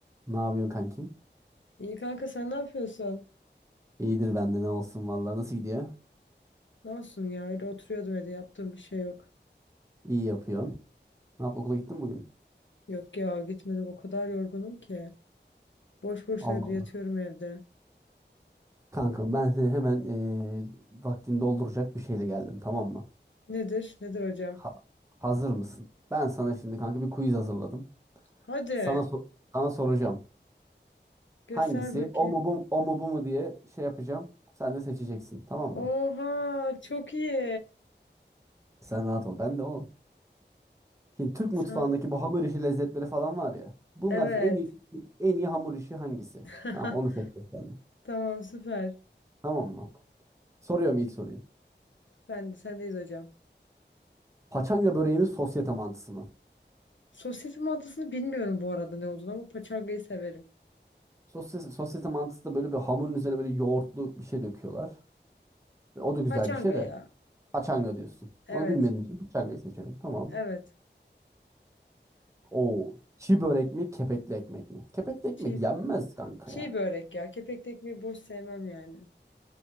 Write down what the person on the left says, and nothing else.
İyi kanka sen ne yapıyorsun?
Ne olsun ya öyle oturuyordum evde yaptığım bir şey yok.
Yok ya gitmedim o kadar yorgunum ki. Boş boş
evde
yatıyorum evde.
Nedir? Nedir hocam?
Hadi
göster
bakayım.
Oha
çok iyi.
Sen...
Evet.
<laughs>
Tamam süper.
Ben de sendeyiz hocam.
Sosyetim adısını bilmiyorum bu arada ne olduğunu ama paçangayı severim.
Paçanga
ya.
Evet.
Evet.
Çiğ,
çiğ
börek ya. Kepekli ekmeği boş sevmem yani.